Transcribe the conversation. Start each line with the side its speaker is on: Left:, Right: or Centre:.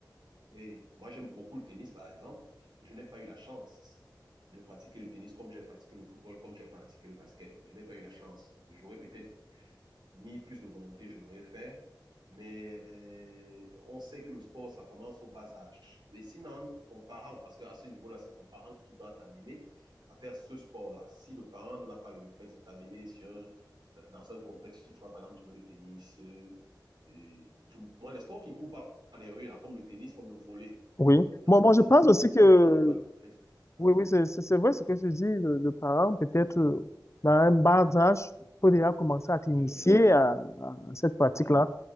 Right: oui, moi j'aime beaucoup le tennis, par exemple. Je n'ai pas eu la chance de pratiquer le tennis comme j'ai pratiqué le football, comme j'ai pratiqué le basket. Je n'ai pas eu la chance. J'aurais peut-être mis plus de volonté, je l'aurais fait. Mais euh, on sait que le sport, ça commence au bas âge. Et sinon, ton parent, parce qu'à ce niveau-là, c'est ton parent qui doit t'amener à faire ce sport-là. Si le parent n'a pas le réflexe de t'amener sur un, dans un complexe tu vas, par exemple, trouver le tennis, euh, et, tu, moi, les sports qui courent par les rues, là, comme le tennis, comme le volley
Left: Oui.
Right: Donc,
Left: Bon, moi,
Right: si
Left: je pense aussi
Right: de ton
Left: que
Right: parent n'a pas le réflexe, ah
Left: Oui,
Right: ouais,
Left: oui, c'est c'est- c'est
Right: mhm,
Left: vrai ce que je dis. Le, le parent, peut-être
Right: oui,
Left: euh, dans un bas âge, peut déjà commencer à t'initier
Right: peut t'orienter.
Left: à, à cette pratique-là.
Right: Oui,